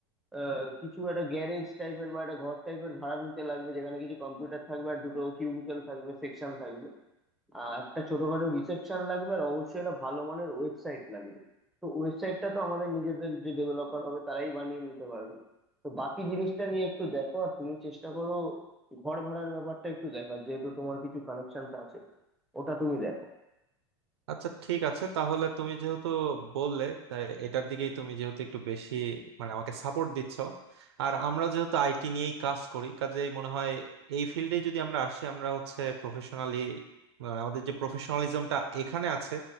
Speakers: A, in the centre; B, on the right (about 80°).
A: আহ, কিছু একটা গ্যারেজ টাইপের বা একটা ঘর টাইপের ভাড়া নিতে লাগবে যেখানে কিছু কম্পিউটার থাকবে আর দুটো কিউবিকল থাকবে সেকশন থাকবে আহ একটা ছোটখাটো রিসেপশন লাগবে আর অবশ্যই একটা ভালো মানের ওয়েবসাইট লাগবে তো ওয়েবসাইটটা তো আমাদের নিজেদের যে ডেভেলপার হবে তারাই বানিয়ে নিতে পারবে তো বাকি জিনিসটা নিয়ে একটু দেখো আর তুমি চেষ্টা করো ঘর ভাড়ার ব্যাপারটা একটু দেখার যেহেতু তোমার কিছু কানেকশন আছে ওটা তুমি দেখো
B: আচ্ছা ঠিক আছে তাহলে তুমি যেহেতু বললে তাই এটার দিকেই তুমি যেহেতু একটু বেশি মানে আমাকে সাপোর্ট দিচ্ছ আর আমরা যেহেতু আইটি নিয়েই কাজ করি কাজেই মনে হয় এই ফিল্ডে যদি আমরা আসি আমরা হচ্ছে প্রফেশনালি আমাদের যে প্রফেশনালিজমটা এখানে আছে